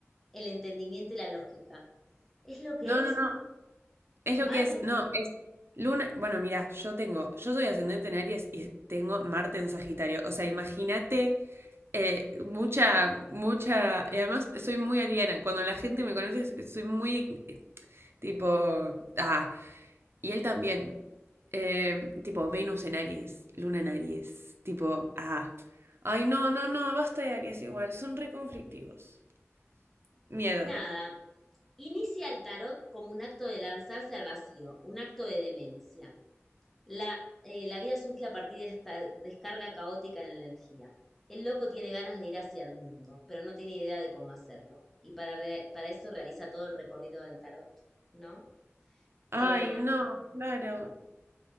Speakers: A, in the centre; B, on the right (about 60°).
A: el entendimiento y la lógica. Es lo que
B: No,
A: es.
B: no, no. Es lo
A: Mal.
B: que es. No, es Luna. Bueno, mira, yo tengo. Yo soy ascendente en Aries y tengo Marte en Sagitario. O sea, imagínate. eh, mucha, mucha. Y además soy muy ariana. Cuando la gente me conoce, soy muy tipo. Ah, Y él también. Eh, tipo, Venus en Aries, Luna en Aries. Tipo, ah. Ay, no, no, no, basta de Aries igual, son re conflictivos. Miedo.
A: Nada. Inicia el tarot como un acto de lanzarse al vacío, un acto de demencia. La, eh, la vida surge a partir de esta descarga caótica en la energía. El loco tiene ganas de ir hacia el mundo, pero no tiene idea de cómo hacerlo. Y para, re- para eso realiza todo el recorrido del tarot, ¿no?
B: Ay,
A: Eh,
B: no, claro.